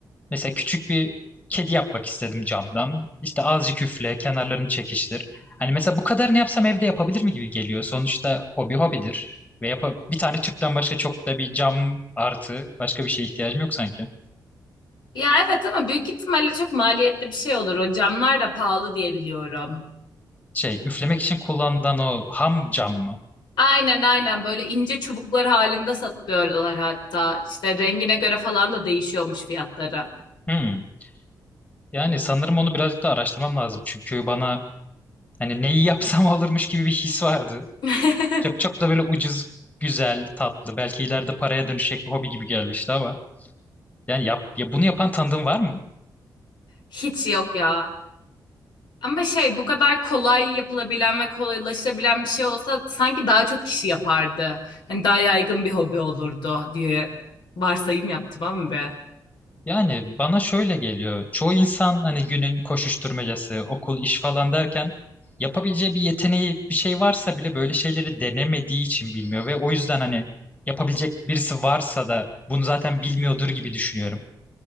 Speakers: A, on the left; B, on the left.
A: Mesela küçük bir kedi yapmak istedim camdan. İşte azıcık üfle, kenarlarını çekiştir. Hani mesela bu kadarını yapsam evde yapabilir mi gibi geliyor. Sonuçta hobi hobidir. Ve yapa bir tane tüpten başka çok da bir cam artı başka bir şeye ihtiyacım yok sanki.
B: Ya evet ama büyük ihtimalle çok maliyetli bir şey olur. O camlar da pahalı diye biliyorum.
A: Şey üflemek için kullanılan o ham cam mı?
B: Aynen aynen böyle ince çubuklar halinde satıyorlar hatta. İşte rengine göre falan da değişiyormuş fiyatları.
A: Hmm. Yani sanırım onu birazcık daha araştırmam lazım. Çünkü bana hani neyi yapsam <laughs> olurmuş gibi bir his vardı.
B: <laughs>
A: Çok çok da böyle ucuz, güzel, tatlı, belki ileride paraya dönüşecek bir hobi gibi gelmişti ama. Yani yap, ya bunu yapan tanıdığın var mı?
B: Hiç yok ya. Ama şey bu kadar kolay yapılabilen ve kolaylaşabilen bir şey olsa sanki daha çok kişi yapardı. Hani daha yaygın bir hobi olurdu diye varsayım yaptım ama be.
A: Yani bana şöyle geliyor. Çoğu insan hani günün koşuşturmacası, okul, iş falan derken yapabileceği bir yeteneği, bir şey varsa bile böyle şeyleri denemediği için bilmiyor ve o yüzden hani yapabilecek birisi varsa da bunu zaten bilmiyordur gibi düşünüyorum.